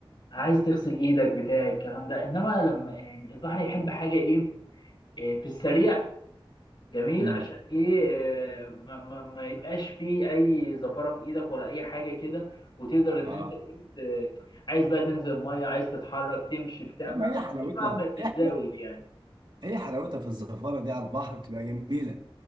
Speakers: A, on the left; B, on the right.
A: عايز تغسل ايدك بتاع الكلام ده انما لما يعني البحر يحب حاجه ايه إيه، في السريع جميل
B: مم.
A: عشان ايه إيه، ما, ما, ما يبقاش فيه اي زفاره في ايدك ولا اي حاجه كده وتقدر ان
B: اه
A: انت إيه، ت- عايز بقى تنزل الميه عايز تتحرك تمشي بتاع
B: لا
A: ما
B: ما هي
A: ما تبقاش
B: حلاوتها
A: بقى م-
B: هي
A: متزاول يعني
B: هي حلاوتها في الزفارة دي على البحر بتبقى جميلة